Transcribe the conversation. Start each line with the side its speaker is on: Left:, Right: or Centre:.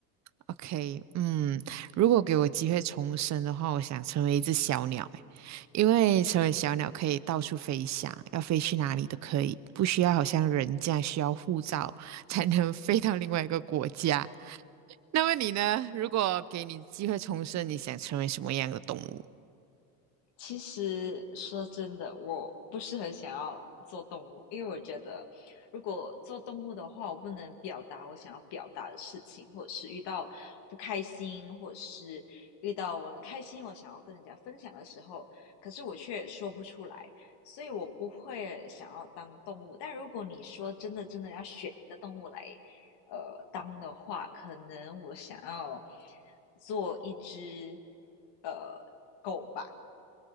Right: ？OK，嗯，如果给我机会重生的话，我想成为一只小鸟，诶，因为成为小鸟可以到处飞翔，要飞去哪里都可以，不需要好像人这样需要护照才能飞到另外一个国家。那么你呢？如果给你机会重生，你想成为什么样的动物？
Left: 其实说真的，我不是很想要做动物，因为我觉得如果做动物的话，我不能表达我想要表达的事情，或者是遇到不开心，或者是遇到我很开心，我想要跟人家分享的时候，可是我却说不出来，所以我不会想要当动物。但如果你说真的真的要选一个动物来，呃，当的话，可能我想要做一只呃狗吧。